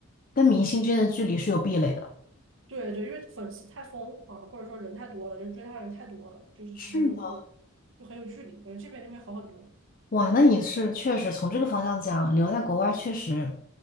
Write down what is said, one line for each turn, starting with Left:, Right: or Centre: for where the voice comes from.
Left: 跟明星之间的距离是有壁垒的。
Right: 对对，因为粉丝太疯狂了，或者说人太多了，就是追他的人太多了，就是他就会
Left: 是的，
Right: 就很有距离，感觉这边就会好很多。
Left: 哇，那你是确实从这个方向讲，留在国外确实，